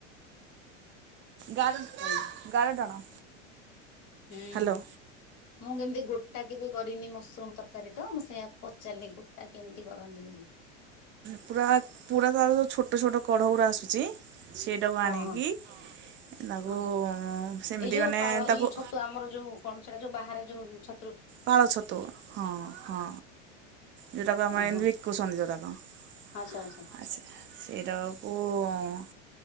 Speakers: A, on the right; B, on the left.
A: ଗାର
B: ହା
A: ଗାର ଟାଣ।
B: ହୁଁ।
A: ହ୍ୟାଲୋ
B: ମୁଁ କେମିତି ଗୋଟା କେବେ କରିନି ମସରୁମ୍ ତରକାରୀ ତ ମୁଁ ସେଇୟା ପଚାରିଲି ଗୋଟା କେମିତି କରନ୍ତିିନି?
A: ପୁରା ପୁରା ତାର ଯୋଉ ଛୋଟ ଛୋଟ କଢଉରା ଆସୁଚି ସେଇଟାକୁ
B: ହଁ
A: ଆଣିକି
B: ହଁ
A: ତାକୁ
B: ହଁ
A: ସେମିତି
B: ଏଇ ଯୋଉ
A: ମାନେ
B: ପାଳ
A: ତାକୁ
B: ଇଏ ଛତୁ ଆମର ଯୋଉ କଣ ସେଇଟା ଯୋଉ ବାହାରେ ଯୋଉ ଛ
A: ପାଳ ଛତୁ ହଁ ହଁ। ଯୋଉଟାକୁ ଆମେ
B: ଓହୋ
A: ଏମିତି ବିକୁଚନ୍ତି ଯୋଉରାକ ଆ।
B: ଆଚ୍ଛା ଆଚ୍ଛା
A: <unintelligible> ସେଇଟାକୁ ଉଁ